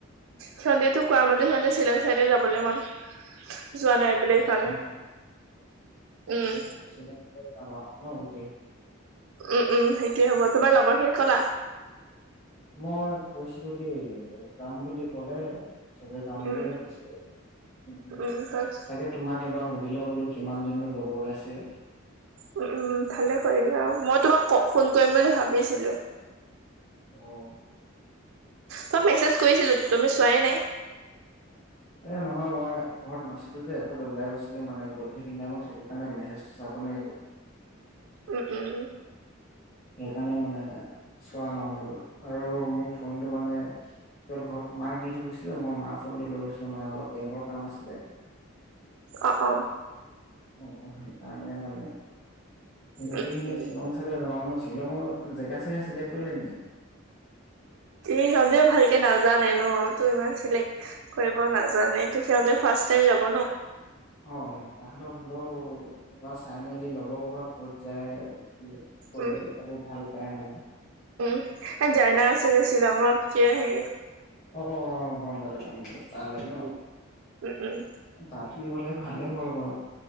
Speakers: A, on the right; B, on the left.
A: সিহঁতেতো কোৱা মতে সিহঁতে শ্বিলং চাইড যাবলে মন যোৱা নাই বোলে ইফালে
B: শ্বিলং চাই
A: উম
B: অ শ্বিল ন গট
A: উম উম সেইটোয়ে হ'ব তোমাৰ লগৰ ক
B: মই কৈছিলো দেই যাম বুলি কলে। চবে যাম বুলিয়ে
A: উম,
B: ত কৈচিলে। উ
A: উম, তাৰপিছ
B: তাকে তোমাক এবাৰ সুধ। বিলমূলত কিমান জননো লগৰ ওলাইছে।
A: উ উম ভালে কৰিলা মই তোমাক কওঁ। ফোন কৰিম বুলি ভাবিছিলো।
B: অঁ।
A: তই মেছেজ কৰিছিলো তুমি চোৱাই নাই।
B: এ নহয় মই ঘৰত নাছিলো যে এফালে ওলাই গৈছো। মানে গধুলি টাইমত থো ণে মেছেজ চাব নোৱাৰিলো।
A: উ উম।
B: সেইকাৰণে মানে চোৱা নহ'ল আৰু মোৰ ফোনটো মানে কেৱল ঘৰত মাইে দি থৈৈছিলো মই মাৰ ফোনটো লৈ গৈছিলো মানে অলপ বেংকৰ কাম আছিলে।
A: অ অ
B: অ সেইকাৰণে মানে। গোটেইখিনি
A: উম, উম।
B: শ্বিলং চাইডে <unintelligible> শ্বিলঙৰ জেগা চেগা চিলেক্ট কৰিলে নেকি?
A: এ সিহঁতেও ভালকে নাজানে ন, তোৰ ইমান চিলেক্ট কৰিব নাজানে ত সিহঁতে ফাৰ্ষ টাইম যাব ন।
B: অ তাহাঁতক হলেও কিবা চাই মেলি লব ক'ৰবাত ক'ত যায়। কি ক'লে
A: উম
B: যাব ভাল পাই মানে।
A: উম জাৰনা আছে যে শ্বিলঙত কিয় হে
B: অ গম পালোঁ গম পালো তালৈ ন,
A: উম, উম, উম
B: তাতে গলে ভালে হ অ